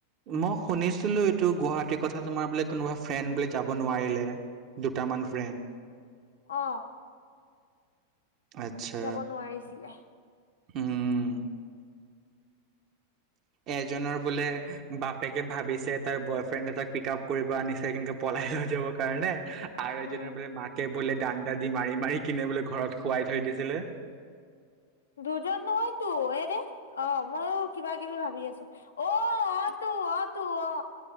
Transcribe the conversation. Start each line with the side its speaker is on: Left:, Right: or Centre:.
Right: মই শুনিছিলো, এইটো গুৱাহাটীৰ কথা তোমাৰ বোলে কোনোবা ফ্ৰেণ্ড বোলে যাব নোৱাৰিলে, দুটামান ফ্ৰেণ্ড।
Left: অ।
Right: আচ্ছা
Left: যাব নোৱাৰিছিলে।
Right: উম। এজনৰ বোলে বাপেকে ভাবিছে তাৰ বয়ফ্ৰেণ্ড এ তাক পিক আপ কৰিব আনিছে, কিন্তু পলাই লৈ যাব কাৰণে। আৰু
Left: উম।
Right: এজনে বোলে মাকে বোলে দান্দা দি মাৰি মাৰি কিনে বোলে ঘৰত শুৱাই থৈ দিছিলে।
Left: দুজন নহয়তো এৰে অ মইো কিবা কিবি ভাবি আছো অ অ তটো অ তটো অ।